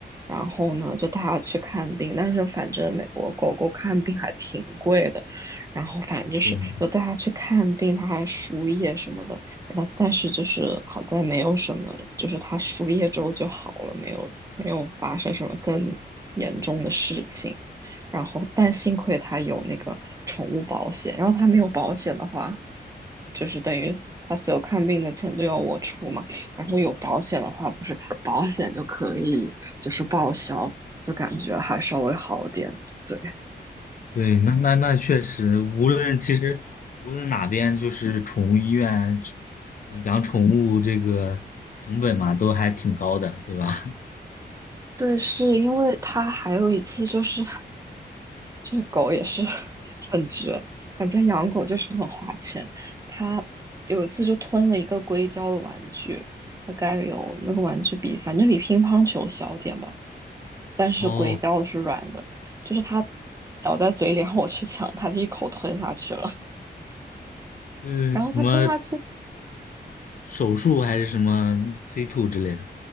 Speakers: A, on the right (about 20°); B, on the left (about 50°).
A: 然后呢就带他去看病，但是反正美国狗狗看病还挺贵的，然后反正就是又带他去看病，
B: 对。
A: 他还输液什么的，然后但是就是好在没有什么，就是他输液之后就好了，没有没有发生什么更严重的事情。然后但幸亏他有那个宠物保险，然后他没有保险的话，就是等于他所有看病的钱都要我出嘛，然后有保险的话，不是保险就可以就是报销，就感觉还稍微好点，对。
B: 对，那那那确实，无论其实无论哪边，就是宠物医院，呃，养宠物这个成本嘛，都还挺高的，对吧？
A: 对，是因为他还有一次就是，这个狗也是 <laughs> 很绝，反正养狗就是很花钱。他有一次就吞了一个硅胶的玩具，大概有那个玩具比反正比乒乓球小点吧，但是硅胶的是软的，
B: <laughs> 哦，
A: 就是它咬在嘴里，然后我去抢它，就一口吞下去了。<laughs>
B: 是什么
A: 然后它吞下去，
B: 手术还是什么催吐之类的？